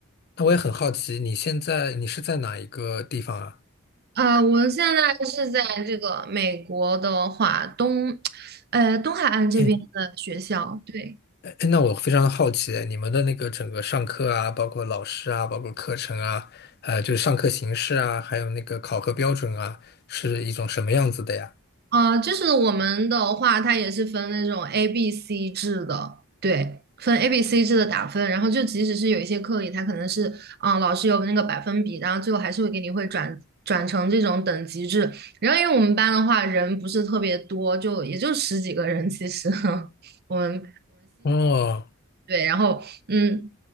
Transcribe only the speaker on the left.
那我也很好奇，你现在你是在哪一个地方啊？
哎
哎，那我非常好奇，你们的那个整个上课啊，包括老师啊，包括课程啊，呃，就是上课形式啊，还有那个考核标准啊，是一种什么样子的呀？
哦，